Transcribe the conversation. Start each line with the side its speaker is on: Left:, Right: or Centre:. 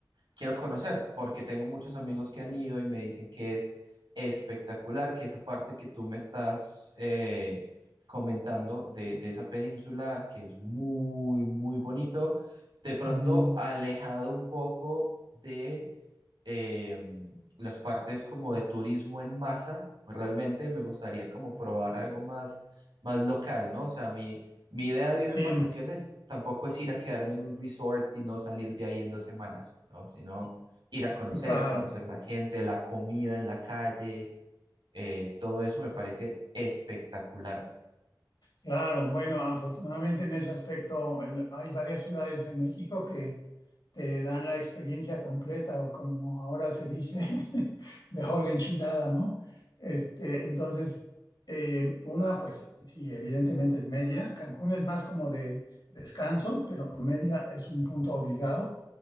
Right: quiero conocer, porque tengo muchos amigos que han ido y me dicen que es espectacular, que esa parte que tú me estás eh, comentando de, de esa península, que es muy, muy bonito, de pronto
Left: ujú.
Right: alejado un poco de eh, las partes como de turismo en masa, realmente me gustaría como probar algo más, más local, ¿no? O sea, a mí mi idea de
Left: Sí,
Right: unas vacaciones tampoco es ir a quedarme en un resort y no salir de ahí en dos semanas, ¿no? Sino ir a conocer,
Left: claro.
Right: conocer la gente, la comida en la calle, eh, todo eso me parece espectacular.
Left: Claro, bueno, afortunadamente en ese aspecto el- hay varias ciudades en México que te dan la experiencia completa o como ahora se dice, <laughs> de whole enchilada, ¿no? Este, entonces, eh, una, pues sí, evidentemente es Mérida. Cancún es más como de descanso, pero Mérida es un punto obligado.